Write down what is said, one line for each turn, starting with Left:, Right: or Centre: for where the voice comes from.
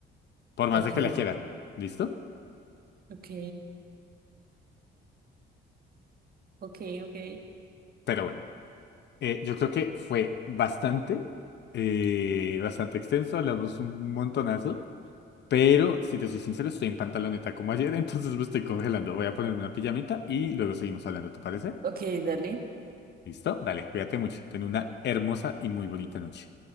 Left: por más
Right: Ok,
Left: de que la quiera. ¿Listo?
Right: ok, ok, ok,
Left: Pero bueno, eh, yo creo que fue bastante, eh, bastante extenso, hablamos un montonazo, pero si te soy sincero, estoy en pantaloneta como ayer, <laughs> entonces me estoy congelando. Voy a ponerme una pijamita y luego seguimos hablando, ¿te parece?
Right: ok, dale.
Left: ¿Listo? Dale, cuídate mucho. Ten una hermosa y muy bonita noche.